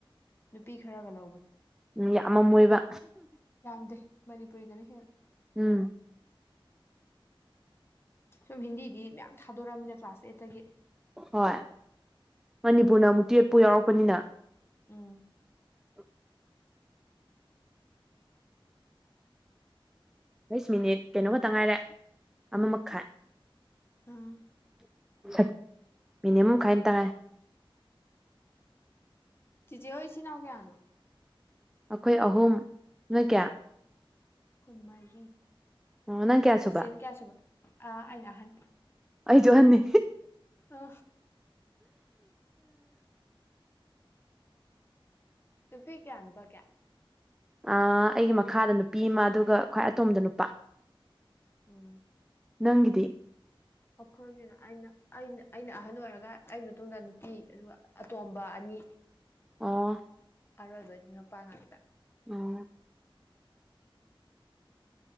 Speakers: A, on the left; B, in the centre.
A: ꯅꯨꯄꯤ ꯈꯔꯒ ꯂꯧꯕꯅꯤ꯫
B: ꯎꯝ ꯌꯥꯝꯃꯝꯃꯣꯏꯕ꯫
A: ꯌꯥꯝꯗꯦ ꯃꯅꯤꯄꯨꯔꯤꯗꯅ ꯍꯦꯜꯂꯦ꯫
B: ꯎꯝ꯫
A: ꯁꯨꯝ ꯍꯤꯟꯗꯤꯒꯤ ꯃꯌꯥꯝ ꯊꯥꯗꯣꯔꯛꯑꯃꯤꯅ ꯀ꯭ꯂꯥꯁ ꯑꯦꯠꯇꯒꯤ
B: ꯍꯣꯏ ꯃꯅꯤꯄꯨꯔꯅ ꯑꯃꯨꯛ ꯇꯨꯌꯦꯞ ꯄꯨ ꯌꯥꯎꯔꯛꯄꯅꯤꯅ
A: ꯎꯝ
B: <inaudible> ꯍꯩꯁ ꯃꯤꯅꯤꯠ ꯀꯩꯅꯣꯒꯛꯇ ꯉꯥꯏꯔꯦ ꯑꯃꯃꯈꯥꯏ
A: ꯑꯥ
B: <inaudible> ꯃꯤꯅꯤꯃꯝ <unintelligible>
A: ꯆꯤꯆꯦ ꯍꯣꯏ ꯏꯆꯤꯅ ꯅꯥꯎ ꯀꯌꯥꯅꯦ?
B: ꯑꯩꯈꯣꯏ ꯑꯍꯨꯝ ꯅꯣꯏ ꯀꯌꯥ
A: ꯈꯣꯏ ꯃꯔꯤ
B: ꯑꯣ ꯅꯪ ꯀꯌꯥ ꯁꯨꯕ
A: ꯆꯤꯆꯦꯅ ꯀꯌꯥ ꯁꯨꯕ ꯑꯥ ꯑꯩꯅ ꯑꯍꯟ
B: ꯑꯩꯁꯨ ꯑꯍꯟꯅꯤ
A: ꯎ ꯅꯨꯄꯤ ꯀꯌꯥ ꯅꯨꯄꯥ ꯀꯌꯥ
B: ꯑꯩꯒꯤ ꯃꯈꯥꯗ ꯅꯨꯄꯤ ꯑꯃ ꯑꯗꯨꯒ ꯈ꯭ꯋꯥꯏ ꯑꯇꯣꯝꯕ ꯗꯣ ꯅꯨꯄꯥ
A: ꯎꯝ
B: ꯅꯪꯒꯤ ꯗꯤ
A: ꯑꯩꯈꯣꯏꯒꯤꯅ ꯑꯩꯅ ꯑꯩꯅ ꯑꯩꯅ ꯑꯍꯟ ꯑꯣꯏꯔꯒ ꯑꯩ ꯃꯇꯨꯡꯗ ꯅꯨꯄꯤ ꯑꯗꯨꯒ ꯑꯇꯣꯝꯕ ꯑꯅꯤ
B: ꯑꯥ
A: ꯑꯔꯣꯏꯕꯗꯤ ꯅꯨꯄꯥ ꯉꯥꯛꯇ
B: ꯎꯝ